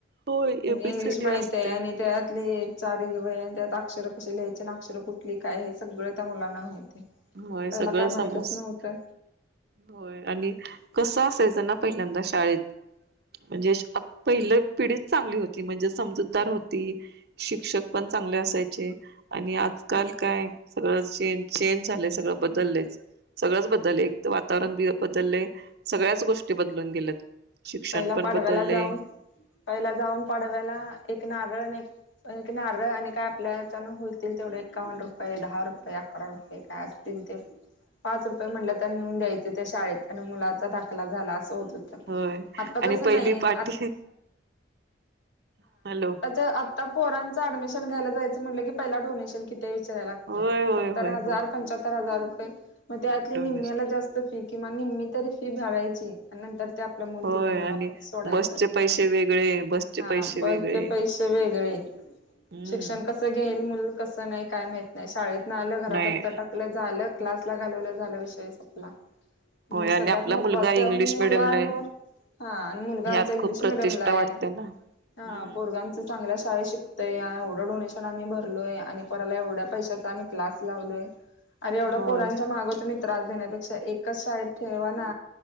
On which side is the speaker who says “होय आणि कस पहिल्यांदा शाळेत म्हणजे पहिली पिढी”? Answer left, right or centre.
Right